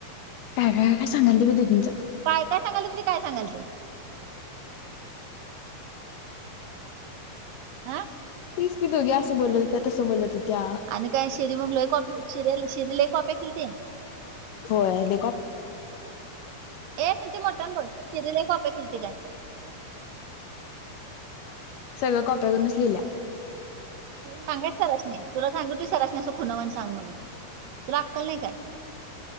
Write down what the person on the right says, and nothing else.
काय काय सांगाल तुमजे काय सांगाल ते. <unintelligible>
आणि काय शिरीमुगल कॉप शर शिरीला कॉपी केलती.
ए संचे मोठ्यानं बोल शिरी लय कॉप्या केली ते काय
सांगा सररासनी तुला सांग त सरसनी असं खुनावणी सांग म्हणून तुला आक्कल नाही काय